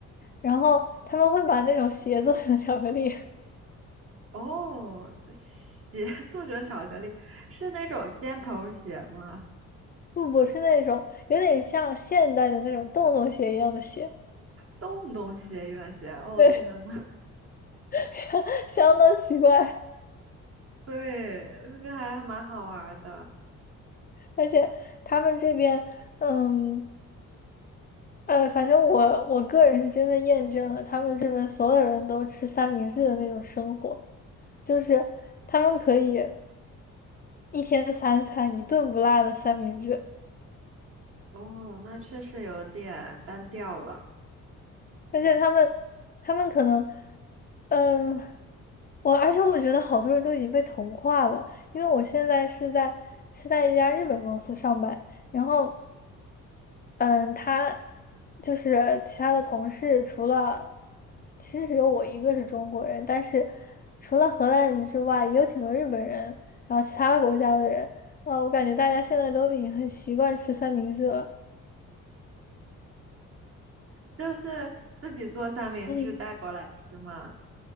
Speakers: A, on the left; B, on the right.
A: 然后他们会把那种鞋做成巧克力，
B: 哦，鞋 <laughs> 作者巧克力是那种尖头鞋吗？
A: 不不是那种有点像现代的那种洞洞鞋一样的鞋，
B: 洞洞鞋、一般鞋。哦，
A: 对，
B: 天呐，
A: <laughs> 相相当奇怪，
B: <laughs> 对，这个还蛮好玩儿的。
A: 而且他们这边。嗯，呃，反正我我个人是真的厌倦了他们这边所有人都吃三明治的那种生活，就是他们可以一天三餐一顿不落的三明治，
B: 哦，那确实有点单调了。
A: 而且他们他们可能，嗯，我而且我觉得好多人都已经被同化了，因为我现在是在是在一家日本公司上班，然后。嗯，他就是其他的同事，除了其实只有我一个是中国人，但是除了荷兰人之外，也有挺多日本人，然后其他国家的人。啊，我感觉大家现在都已经很习惯吃三明治了。
B: 就是自己做三明治带过来吃嘛。
A: 嗯，